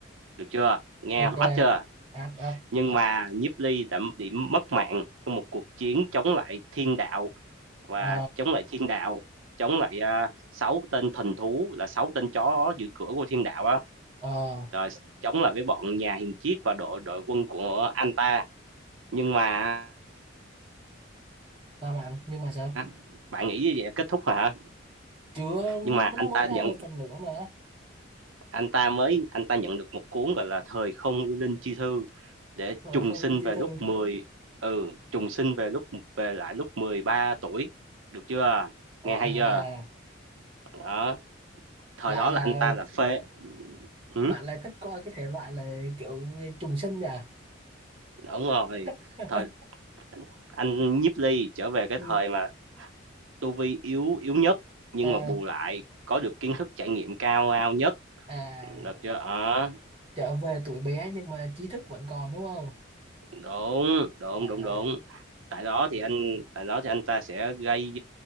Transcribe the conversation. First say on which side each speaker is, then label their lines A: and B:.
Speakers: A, on the right; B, on the right.
A: được chưa nghe
B: ok
A: hot chưa
B: ác ác
A: nhưng mà Nhiếp Ly đã bị mất mạng trong một cuộc chiến chống lại thiên đạo và
B: ờ
A: chống lại thiên đạo chống lại à, sáu tên thần thú là sáu tên chó giữ cửa của thiên đạo á
B: ờ
A: rồi chống lại với bọn nhà hiền triết và đội đội quân của anh ta nhưng mà
B: sao bạn nhưng mà sao
A: á, bạn nghĩ như vậy là kết thúc rồi hả
B: chưa
A: nhưng mà anh
B: nó mới
A: ta
B: ra
A: nhận
B: một phần nữa mà
A: anh ta mới anh ta nhận được một cuốn gọi là thời không yêu linh chi thư để
B: Ờ,
A: trùng
B: không
A: sinh
B: linh chi
A: về
B: thư
A: lúc mười, ừ, trùng sinh về lúc về lại lúc 13 tuổi, được chưa? Nghe
B: à
A: hay chưa? Đó, thời
B: lại
A: đó
B: là
A: là anh ta là phê. Hử?
B: bạn lại thích coi cái thể loại là kiểu trùng sinh à
A: Đúng rồi.
B: <laughs>
A: Thời anh Nhiếp Ly trở về cái
B: Ừ.
A: thời mà tu vi yếu yếu nhất nhưng
B: à,
A: mà bù lại có được kiến thức trải nghiệm cao ao nhất,
B: à
A: được chưa? Đó,
B: trở về tuổi bé nhưng mà trí thức vẫn còn đúng không
A: đúng, đúng,
B: à,
A: đúng, đúng. Tại đó thì anh tại đó thì anh ta sẽ gây